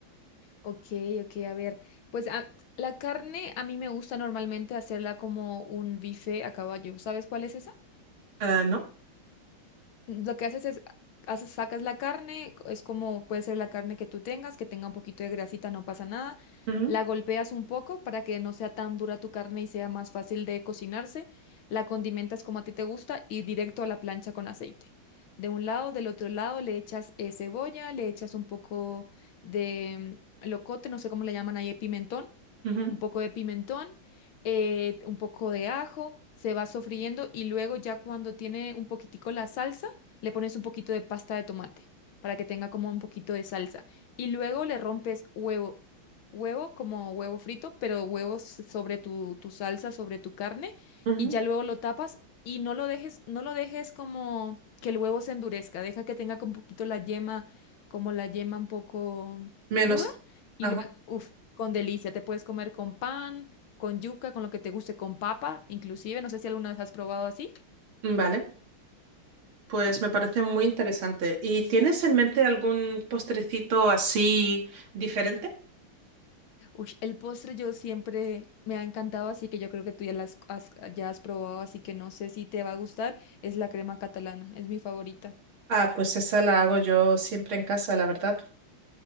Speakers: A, on the left; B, on the right.
A: Ok, ok, a ver. Pues a- la carne a mí me gusta normalmente hacerla como un bife a caballo. ¿Sabes cuál es esa?
B: Eh, ¿no?
A: Lo que haces es, haces, sacas la carne, es como puede ser la carne que tú tengas, que tenga un poquito de grasita, no pasa nada.
B: Ujú,
A: La golpeas un poco para que no sea tan dura tu carne y sea más fácil de cocinarse. La condimentas como a ti te gusta y directo a la plancha con aceite. De un lado, del otro lado le echas eh, cebolla, le echas un poco de mm, locote, no sé cómo le llaman ahí, pimentón
B: ujú,
A: un poco de pimentón, eh, un poco de ajo, se va sofriendo y luego ya cuando tiene un poquitico la salsa, le pones un poquito de pasta de tomate para que tenga como un poquito de salsa. Y luego le rompes huevo, huevo como huevo frito, pero huevos sobre tu, tu salsa, sobre tu carne,
B: ujú.
A: y ya luego lo tapas y no lo dejes, no lo dejes como que el huevo se endurezca, deja que tenga un poquito la yema, como la yema un poco
B: Menos.
A: cruda. Y
B: Ajá,
A: luego, con delicia, te puedes comer con pan, con yuca, con lo que te guste, con papa, inclusive, no sé si alguna vez has probado así.
B: vale. Pues me parece muy interesante. ¿Y tienes en mente algún postrecito así diferente?
A: Ush, el postre yo siempre me ha encantado, así que yo creo que tú ya las has, ya has probado, así que no sé si te va a gustar. Es la crema catalana, es mi favorita.
B: Ah, pues esa la hago yo siempre en casa, la verdad.